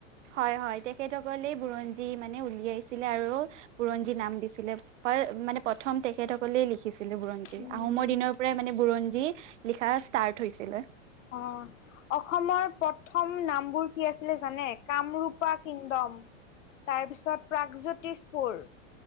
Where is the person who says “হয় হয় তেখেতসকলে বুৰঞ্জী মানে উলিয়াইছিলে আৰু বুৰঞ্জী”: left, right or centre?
Right